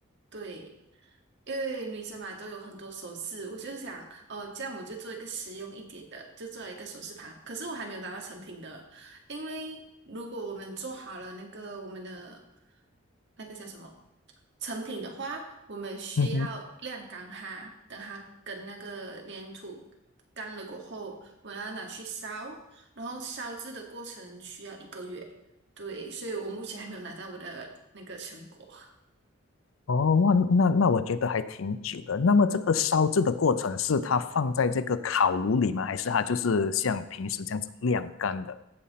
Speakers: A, on the right (about 60°); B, on the left (about 80°).
A: 对。因为女生嘛都有很多首饰，我就是想，哦，这样我就做一个实用一点的，就做了一个首饰盘。可是我还没有拿到成品的，因为如果我们做好了那个我们的那个叫什么成品的话，我们需要晾干它，
B: 嗯哼，
A: 等它跟那个粘土干了过后，我要拿去烧，然后烧制的过程需要一个月，对，所以我目前还没有拿到我的那个成果。
B: 哦，哇，那那我觉得还挺久的。那么这个烧制的过程是它放在这个烤炉里吗？还是它就是像平时这样子晾干的？